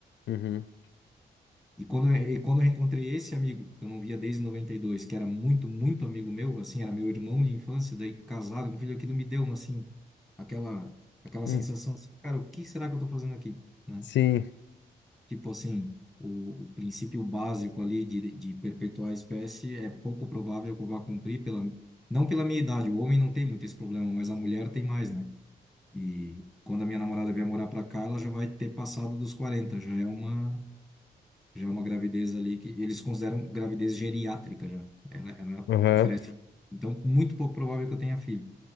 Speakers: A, on the left; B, in the centre.
A: Uhum.
B: E quando eu, e quando eu reencontrei esse amigo, que eu não via desde noventa e dois que era muito, muito amigo meu, assim, era meu irmão de infância, daí casado com filho, aquilo me deu uma assim aquela aquela
A: Hum.
B: sensação, assim, cara, o que será que eu tô fazendo aqui? né?
A: Sim.
B: Tipo assim, o, o princípio básico ali de, de perpetuar a espécie é pouco provável que eu vá cumprir pela, não pela minha idade. O homem não tem muito esse problema, mas a mulher tem mais, né? E quando a minha namorada vier morar pra cá, ela já vai ter passado dos quarenta já é uma já é uma gravidez ali que eles consideram gravidez geriátrica já. Ela, ela
A: Aham.
B: oferece, então muito pouco provável que eu tenha filho,